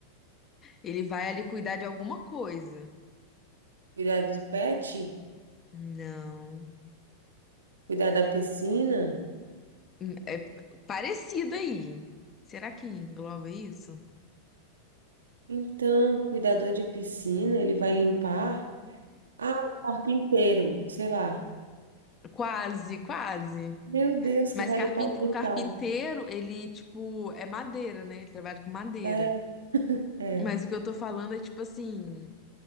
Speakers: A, on the left; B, on the right.
A: ele vai ali cuidar de alguma coisa.
B: <laughs> Cuidar do pet?
A: Não.
B: Cuidar da piscina?
A: Hum, É parecido aí. Será que engloba isso?
B: Então, cuidador de piscina, ele vai limpar? Ah, o carpinteiro, sei lá.
A: Quase, quase.
B: Meu Deus, que
A: Mas
B: vai
A: carpinte...
B: limpar o quintal.
A: o carpinteiro, ele, tipo, é madeira, né? Ele trabalha com madeira.
B: É, é.
A: Mas o que eu tô falando é, tipo assim,